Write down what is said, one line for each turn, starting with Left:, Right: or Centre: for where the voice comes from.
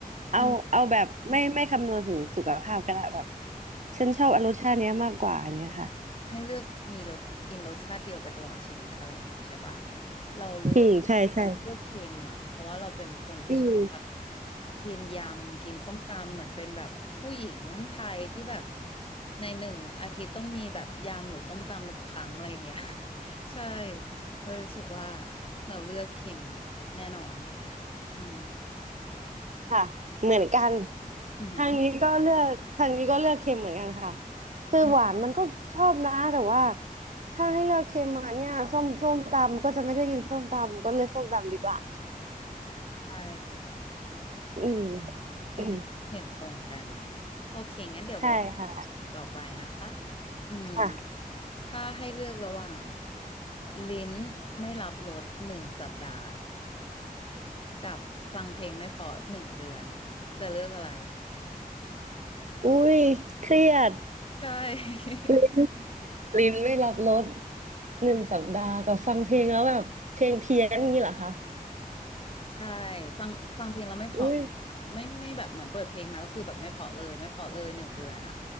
Right: เอาเอาแบบไม่ไม่คำนวณถึงสุขภาพก็ได้แบบ
Left: อืม
Right: ฉันชอบรสชาติเนี้ยมากกว่าอย่างเงี้ยค่ะ
Left: ให้เลือกมีรสกินรสชาติเดียวไปตลอดชีวิตอะไรอย่างงี้ใช่ปะเราเลือก
Right: อืมใช่ใช่
Left: เราเลือกเค็มอ่ะเพราะว่าเราเป็นคนที่ชอบแบบ
Right: อืม
Left: กินยำกินส้มตำเหมือนเป็นแบบผู้หญิงไทยที่แบบในหนึ่งอาทิตย์ต้องมีแบบยำหรือส้มตำหนึ่งครั้งอะไรอย่างเงี้ย <laughs> ใช่เรารู้สึกว่าเราเลือกเค็มแน่นอนอืม
Right: ค่ะเหมือนกัน
Left: อือหือ
Right: ทางนี้ก็เลือกทางนี้ก็เลือกเค็มเหมือนกันค่ะคือหวานมันก็ชอบนะแต่ว่า
Left: อืม
Right: ถ้าให้เลือกเค็มมาเนี่ยส้มส้มตำก็จะไม่ได้กินส้มตำก็เลยส้มตำดีกว่า
Left: ใช่
Right: อืม
Left: อันนี้เห็นตรงกันเนาะโอเคงั้นเดี๋ยวโบท
Right: <coughs> ใช่ค่ะ
Left: ต่อไปนะคะอืม
Right: ค่ะ
Left: ถ้าให้เลือกระหว่างลิ้นไม่รับรสหนึ่งสัปดาห์กับฟังเพลงไม่เพราะหนึ่งเดือนจะเลือกอะไร
Right: อุ้ยเครียด
Left: ใช่
Right: ลิ้นลิ้นไม่รับรสหนึ่งสัปดาห์กับฟังเพลงแล้วแบบเพลงเพี้ยนอย่างนี้เหรอคะ
Left: <laughs> ใช่ฟังฟังเพลงแล้วไม่เพราะเลยอะไม่ไม่แบบเหมือนเปิดเพลงมาก็คือแบบไม่เพราะเลยไม่เพราะเลยหนึ่งเดือนอะ
Right: อุ้ย